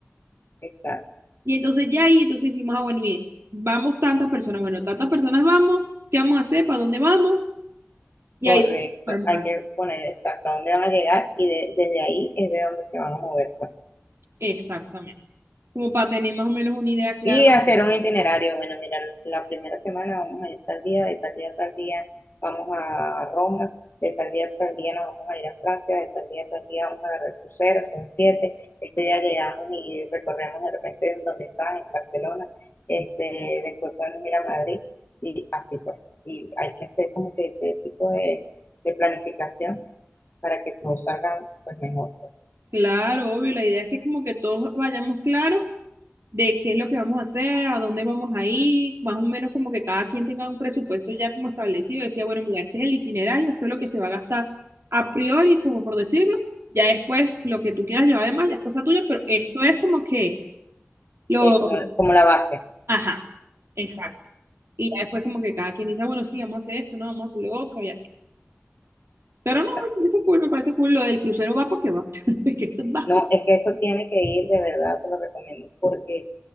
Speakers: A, on the left (about 45°); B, on the right (about 65°).
A: exacto.
B: Y entonces ya ahí, entonces decimos, ah, bueno, mire, vamos tantas personas, bueno, tantas personas vamos, ¿qué vamos a hacer? ¿Para dónde vamos? Y
A: Correcto,
B: ahí vamos a armar.
A: hay que poner exacto a dónde van a llegar y de- desde ahí es de donde se van a mover, pues.
B: Exactamente. Como para tener más o menos una idea clara.
A: Y hacer un itinerario. Bueno, mira, la primera semana vamos a ir tal día, de tal día a tal día vamos a Roma, de tal día a tal día nos vamos a ir a Francia, de tal día a tal día vamos a agarrar crucero, son siete. Este día llegamos y recorremos de repente donde están, en Barcelona. Este, después podemos ir a Madrid y así pues. Y hay que hacer como que ese tipo de de planificación para que todos salgan pues, mejor,
B: Claro, obvio, la idea es que como que todos vayamos claros de qué es lo que vamos a hacer, a dónde vamos a ir, más o menos como que cada quien tenga un presupuesto ya como establecido, decía, bueno, mira, este es el itinerario, esto es lo que se va a gastar a priori, como por decirlo, ya después lo que tú quieras llevar además ya es cosa tuya, pero esto es como que lo,
A: eh, como, como la base.
B: ajá, exacto. Y ya después como que cada quien dice, bueno, sí, vamos a hacer esto, no, vamos a hacer lo otro y así. Pero
A: Exacto.
B: no, eso es cool, me parece cool. Lo del crucero va porque va. <laughs> Es que eso es bajo.
A: No, es que eso tiene que ir, de verdad, te lo recomiendo, porque